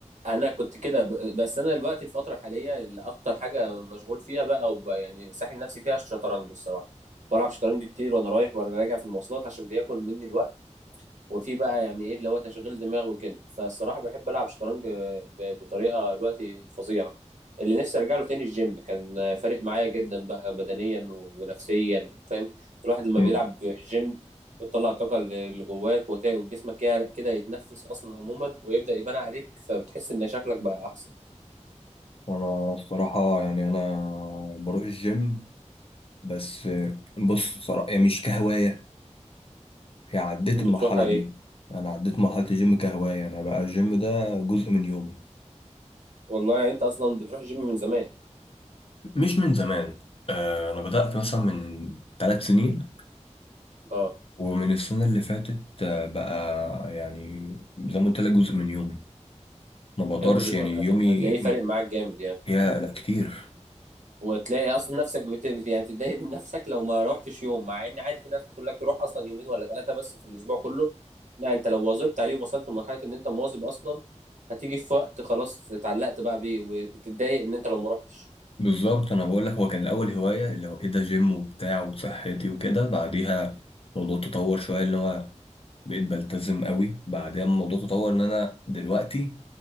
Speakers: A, on the right; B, on the left.
A: انا كنت كده ب... بس انا دلوقتي الفتره الحاليه اللي اكتر حاجه مشغول فيها بقى وب... يعني ساحل نفسي فيها الشطرنج الصراحه بلعب شطرنج كتير وانا رايح وانا راجع في المواصلات عشان بياكل مني الوقت وفي بقى يعني ايه اللي هو تشغيل دماغ وكده فالصراحه بحب العب شطرنج ب- بطريقه دلوقتي فظيعه اللي نفسي ارجع له تاني الجيم كان فارق معايا جدا بقى بدنيا و- ونفسيا فاهم الواحد لما
B: مم.
A: بيلعب جيم بتطلع الطاقه اللي اللي جواك وت- وجسمك يعرق كده يتنفس اصلا عموما ويبدا يبان عليك فبتحس ان شكلك بقى احسن
B: انا الصراحه يعني انا بروح الجيم بس آه، بص صراحة يعني مش كهواية هي عديت
A: بتروح
B: المرحلة
A: ايه
B: دي أنا عديت مرحلة الجيم كهواية أنا بقى الجيم ده جزء من يومي
A: والله يعني انت اصلا بتروح جيم من زمان
B: مش من زمان آه، أنا بدأت مثلا من ثلاث سنين
A: اه
B: ومن السنة اللي فاتت آه، بقى يعني زي ما قلت لك جزء من يومي ما بقدرش
A: حلو جدا
B: يعني يومي
A: على فكره هتلاقيه فارق معاك جامد يعني
B: يا لا كتير
A: وتلاقي اصلا نفسك بت... يعني تتضايق من نفسك لو ما روحتش يوم مع ان عادي في ناس بتقول لك روح اصلا يومين ولا ثلاثه بس في الاسبوع كله لا انت لو واظبت عليه ووصلت لمرحله ان انت مواظب اصلا هتيجي في وقت خلاص اتعلقت بقى بيه و- وتتضايق ان انت لو ما روحتش
B: بالظبط أنا بقول لك هو كان الأول هواية اللي هو إيه ده جيم وبتاع وصحتي وكده بعديها الموضوع تطور شوية اللي هو بقيت بلتزم قوي بعدين الموضوع تطور ان انا دلوقتي